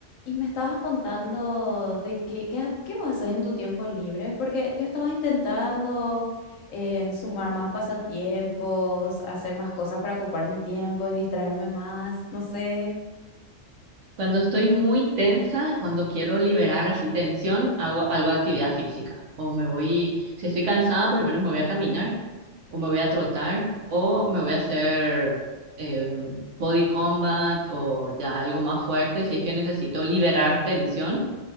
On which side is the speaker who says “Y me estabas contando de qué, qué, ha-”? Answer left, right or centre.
Left